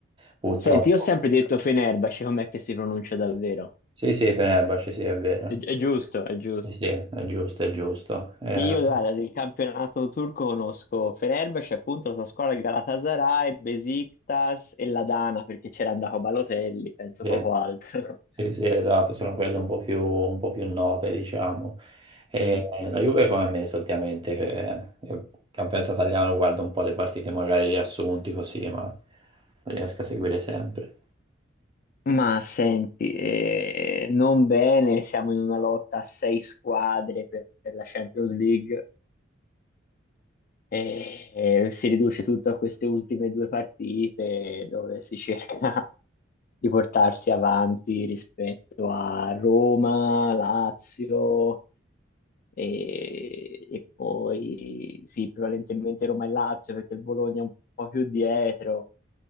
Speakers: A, on the right; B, on the left.
A: purtroppo...
B: Senti, io ho sempre detto Fenerbahce, com'è che si pronuncia davvero?
A: Sì, sì, Fenerbahce, sì, è vero.
B: È, è giusto, è giusto.
A: Sì, sì, è giusto, è giusto. Eh,
B: Io guarda, del campionato turco conosco Fenerbahce, appunto la sua squadra il Galatasaray, Besiktas e la Dana, perché c'era andato Balotelli, penso
A: sì.
B: poco altro.
A: Sì, sì, esatto, sono quelle un po' più, un po' più note, diciamo. E
B: Mm.
A: la Juve come me solitamente, che che campionato italiano guardo un po' le partite, magari riassunti così, ma non riesco a seguire sempre.
B: Ma senti, eh, non bene, siamo in una lotta a sei squadre per, per la Champions League e, e si riduce tutto a queste ultime due partite dove si cerca <laughs> di portarsi avanti rispetto a Roma, Lazio. e, e poi sì, prevalentemente Roma e Lazio perché il Bologna è un po' più dietro,